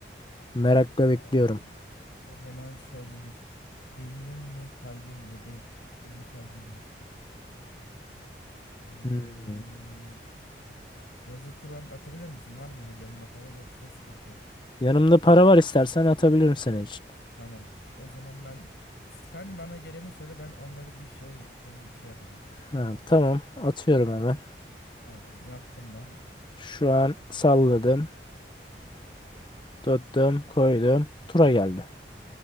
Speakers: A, on the left (about 25°); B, on the left (about 75°).
A: Merakla bekliyorum.
B: am, o zaman şöyle bir beynim mi kalbim mi beynim mi kalbim mi? Hmm,
A: Hmm.
B: yazı Turan atabilir misin? Var mı yanında para yoksa sıkıntı yok.
A: Yanımda para var istersen atabilirim senin için.
B: Tamam. O zaman ben sen bana geleni söyle ben onları bir şey tam şey yapacağım.
A: Ha, tamam atıyorum hemen.
B: Tamam yaptım ben.
A: Şu an salladım, tuttum, koydum. Tura geldi.